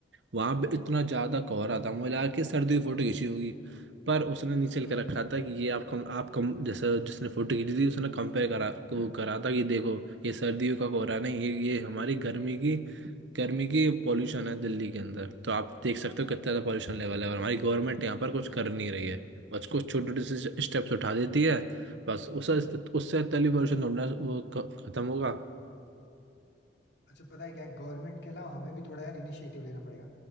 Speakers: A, on the right (about 80°); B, on the left (about 70°).
A: वहाँ पे इतना ज़्यादा कोहरा था मुझे लगा कि सर्दी की फोटो खींची होगी पर उसने नीचे कर रखा था कि ये आप कम आप कम जैसे जिसने फोटो खींची थी उसने कंपेयर करा वो करा था कि देखो ये सर्दियों का कोहरा नहीं ये ये हमारी गर्मी की गर्मी की पॉल्यूशन है दिल्ली के अंदर तो आप देख सकते हो कितना ज़्यादा पॉल्यूशन लेवल है और हमारी गवर्नमेंट यहाँ पर कुछ कर नहीं रही है बस कुछ छोटे छोटे से स्टेप्स उठा देती है बस उस उससे तली पॉल्यूशन ढूंढना वो ख- खत्म होगा
B: अच्छा पता है क्या है, गवर्नमेंट के अलावा हमें भी थोड़ा यार इनिशिएटिव लेना पड़ेगा